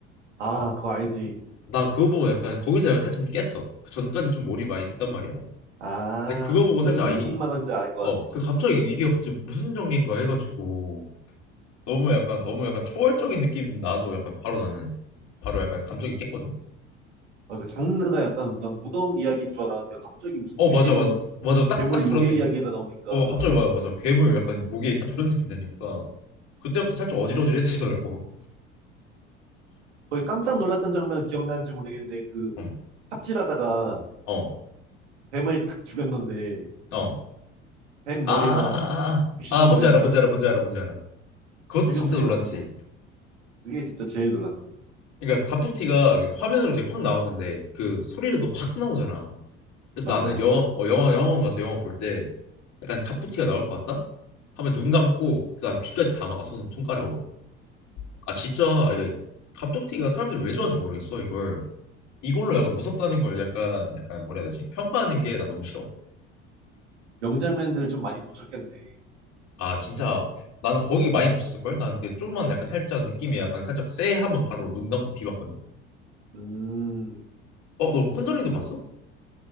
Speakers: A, on the right (about 75°); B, on the left (about 50°).
A: 아 그거 알지.
B: 나 그거 보고 약간 거기서 약간 살짝 좀 깼어. 그전까는좀 몰입 많이 됐단 말이야.
A: 아
B: 근데 그거 보고
A: 무슨
B: 살짝 아, 이,
A: 무슨 말하는지 알 것
B: 어,
A: 같아.
B: 그 갑자기 이게 갑자기 무슨 전개인가 해가지고 너무 약간 너무 약간 초월적인 느낌 나서 약간 바로 나는 바로 약간 감정이 깼거든.
A: 아, 그 장르가 약간 난 무덤 이야기인 줄 알았는데 갑자기 무슨
B: 어
A: 귀신,
B: 맞아 맞 맞아 딱
A: 괴물,
B: 딱 그런
A: 요괴
B: 얘기.
A: 이야기가 나오니까
B: 어 갑자기 맞아 맞아 괴물 약간 목에 딱 이런 느낌 되니까
A: 음.
B: 그때부터 살짝 어질어질해지더라고.
A: 거의 깜짝 놀랐던 장면 기억나는지 모르겠는데 그
B: <laughs> 응.
A: 삽질하다가
B: 어.
A: 뱀을 탁 죽였는데
B: 어.
A: 뱀
B: 아아아아아
A: 머리가
B: 아.
A: 귀신
B: 아 뭔지
A: 머리였잖아.
B: 알아 뭔지 알아
A: <laughs>
B: 뭔지 알아 뭔지 알아. 그것도
A: 비명
B: 진짜
A: 소리
B: 놀랐지.
A: 나면서 그게 진짜 제일 놀랐던 거
B: 그러니까 갑툭튀가 이게 화면으로 되게 확 나오는데 그 소리도 확 나오잖아. 그래서
A: 같아.
B: 나는
A: 맞아요.
B: 영화 어, 영화 영화관 가서 영화 볼 때 약간 갑툭튀가 나올 것 같다? 하면 눈 감고 그다음 귀까지 다 막아 손 손가락으로. 아 진짜 아, 이게 갑툭튀가 사람들이 왜 좋아하는지 모르겠어 이걸 이걸로 약간 무섭다는 걸 약간 약간 뭐라 해야 되지 평가하는 게 난 너무 싫어
A: 명장면들을 좀 많이 놓쳤겠네.
B: 아 진짜 나는 거기 많이 없었을 걸 나는 이제 좀만 약간 살짝 느낌이 약간 살짝 쎄 하면 바로 눈 감고 비봤거든
A: 음,
B: 어 너 컨저링도
A: 그,
B: 봤어?